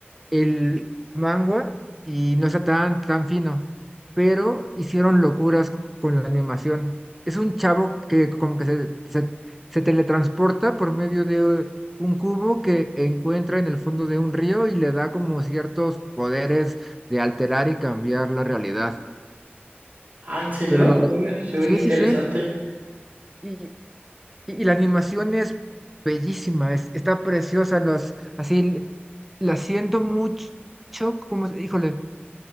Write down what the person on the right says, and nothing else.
Ah, ¿en serio?
Oye, se
oye interesante.